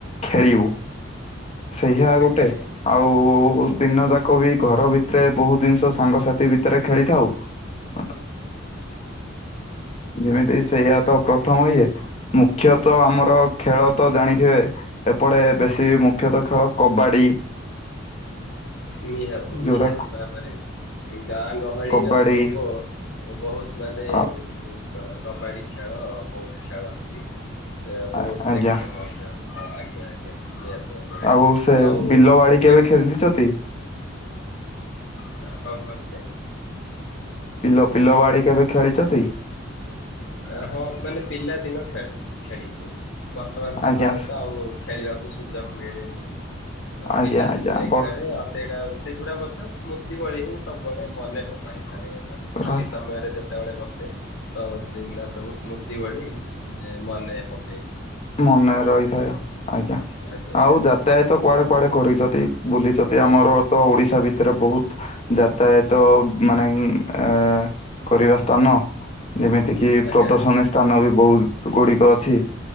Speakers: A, on the left; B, on the left.
A: ଖେଳିବୁ। ସେହିଆ
B: ଆଜ୍ଞା
A: ଗୋଟେ
B: ଆଜ୍ଞା।
A: ଆଉ ଦିନ ଯାଙ୍କ ବି ଘର ଭିତରେ ବୋହୁତ ଦିନଷ ସାଙ୍ଗସାଥି ଭିତରେ ଖେଳିଥାଉ ଆ। ଯେମିତି ସେଇଆ ତ ପ୍ରଥମ ଇଏ ମୁଖ୍ୟତଃ ଆମର ଖେଳ ତ ଜାଣିଥିବେ ଏପଟେ ବେଶୀ ମୁଖ୍ୟତଃ ଖେଳ କବାଡି। ଇ
B: ନିହାତି ନିହାତି
A: ଯୋଉଟା କ-
B: ଭାବରେ ଗାଁ ଗହଳିର
A: କବାଡି
B: ଲୋକ ବୋହୁତ ମାନେ
A: ଅ
B: ସେ କବାଡି ଖେଳ ବୋହୁତ ଖେଳନ୍ତି। ଏ
A: ଆ-
B: ବୋହୁତ
A: ଆଜ୍ଞା
B: ଦେଖେ ମଧ୍ୟ ହଁ ଆଜ୍ଞା ଆଜ୍ଞା ନିହା <inaudible>
A: ଆଉ ସେ
B: ଆଉ
A: ବିଲ ବାଡି କେବେ
B: ଆଜ୍ଞା।
A: ଖେଳିଛନ୍ତି?
B: ତା କଣ କହିଲେ?
A: ପିଲ ପିଲ ବାଡି କେବେ ଖେଳିଚନ୍ତି?
B: ଆ ହଁ ମାନେ ପିଲା ଦିନ ଖେଳେ ଖେଳିଚି ବର୍ତ୍ତମାନ ସମୟରେ
A: ଆଜ୍ଞା
B: ତ ଆଉ ଖେଳିବାକୁ ସୁଯୋଗ ମିଳେନି ଆ
A: ଆଜ୍ଞା
B: ପିଲା
A: ଆଜ୍ଞା
B: ଦିନେ
A: ବର୍
B: ଖେଳେ ଆଉ ସେଇଟା ସେଗୁଡ଼ା ମଧ୍ୟ ସ୍ମୃତି ଭଳି ହିଁ ସବୁବେଳେ ମନେ ପକାଇଥାଏ। ମାନେ ଖାଲି
A: ରହି
B: ସମୟରେ ଯେତେବେଳେ ବସେ ତ ସ୍ ତି ଭଳି ଏଁ ମନେ ପ
A: ମନେ ରହିଥାଏ ଆଜ୍ଞା
B: ଆଜ୍ଞା
A: ଆଉ
B: ଆଜ୍ଞା
A: ଯାତାୟତ କୁଆଡେ କୁଆଡେ କରିଚନ୍ତି ବୁଲିଚନ୍ତି ଆମର ତ ଓଡିଶା ଭିତରେ ବୋହୁତ ଯାତାୟତ ମାନେଙ୍ଗ ଆଁ କରିବା ସ୍ଥାନ ଯେମିତି କିି
B: ଆଜ୍ଞା
A: ପ୍ରଦର୍ଶନୀ
B: ଆଜ୍ଞା
A: ସ୍ଥାନ ବି ବୋହୁତ ଗୁଡିକ ଅଛି।